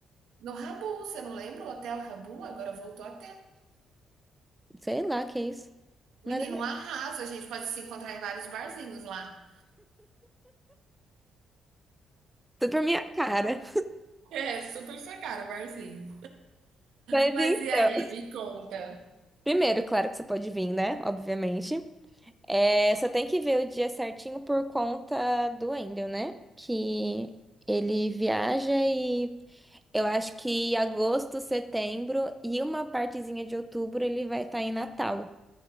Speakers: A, on the right; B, in the centre.
A: No Rabu, você não lembra? O Hotel Rabu agora voltou a ter.
B: Sei lá, que é isso.
A: Menino,
B: Nada mais.
A: um arraso. A gente pode se encontrar em vários barzinhos lá.
B: Tudo pra minha cara.
A: É, super sua cara, barzinho.
B: Mas
A: Mas
B: então.
A: e aí, me conta.
B: Primeiro, claro que você pode vir, né? Obviamente. É, só tem que ver o dia certinho por conta do Wendel, né? Que ele viaja e eu acho que agosto, setembro e uma partezinha de outubro ele vai estar em Natal.